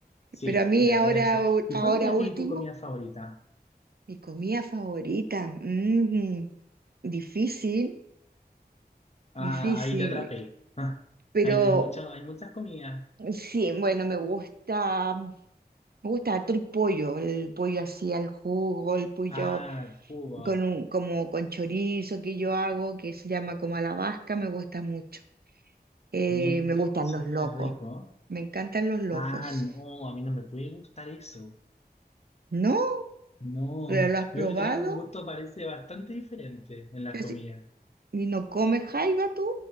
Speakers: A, on the left; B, on the right.
A: Sí,
B: Pero a mí
A: le
B: ahora,
A: voy a decir.
B: u-
A: ¿Y
B: ahora
A: cuál es
B: último,
A: a ti tu comida favorita?
B: mi comida favorita. mm, difícil,
A: Ah,
B: difícil.
A: ahí te atrapé. Ah,
B: Pero
A: hay, hay mucho, hay muchas comidas.
B: sí, bueno, me gusta. Me gusta harto el pollo, el pollo así al jugo, el pollo
A: Ah, el jugo.
B: con un, como con chorizo que yo hago, que se llama como a la vasca, me gusta mucho. Eh,
A: Mi-
B: me gustan
A: sí,
B: los locos,
A: es rico.
B: me encantan los locos.
A: Ah, no, a mí no me puede gustar eso.
B: ¿No?
A: No,
B: ¿Pero lo has probado?
A: veo que tenemos un gusto, parece bastante diferente en las
B: Pero
A: comidas.
B: si- ¿Y no comes jaiba tú?